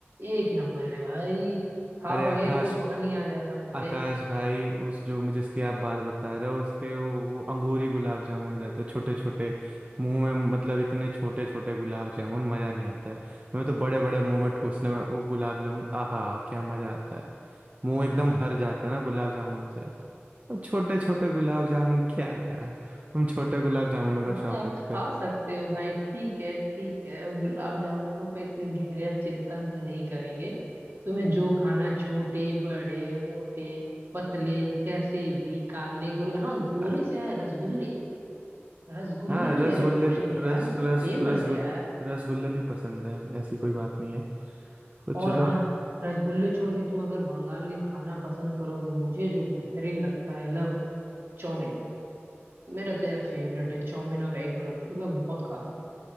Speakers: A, on the right; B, on the right.
A: एक नंबर है भाई खाओगे
B: अरे आकाश
A: तो पानी आ जाएगा मुंह
B: आकाश
A: पे
B: भाई उस जो मुझे जिसकी आप बात बता रहे हो उसके वो, वो अंगूरी गुलाब जामुन रहते छोटे छोटे मुंह में मतलब इतने छोटे छोटे गुलाब जामुन मजा नहीं आता है मैं तो बड़े बड़े मुंह में ठूसने में वो गुलाब जामुन आहा क्या मजा आता है मुंह एकदम भर जाता है ना गुलाब जामुनों से अब छोटे छोटे गुलाब जामुन क्या है यार तुम छोटे गुलाब जामुनों का
A: हाँ
B: शौक रखते
A: खा
B: हो
A: सकते हो भाई ठीक है ठीक है गुलाब जामुनों पे इतनी गहरा चिंतन हम नहीं करेंगे तुम्हें जो खाना है, छोटे बड़े मोटे पतले कैसे भी काले गोरे हाँ गोरे
B: अ,
A: से आया रसगुल्ले रसगुल्ले
B: हाँ
A: भी
B: रसगुल्ले
A: यार एक ऑप्शन
B: भी-
A: है यार
B: रस रस
A: फेमस
B: रसगुल
A: है यार
B: रसगुल्ले भी पसंद है ऐसी कोई बात नहीं है तो चलो
A: और हाँ रसगुल्ले छोड़ के तुम अगर बंगाल के खाना पसंद करोगे मुझे जो बेहतरीन लगता है लव चाउमीन मेरा तो यार फेवरेट है चाउमीन और एग रोल मैं बहुत खाता हूँ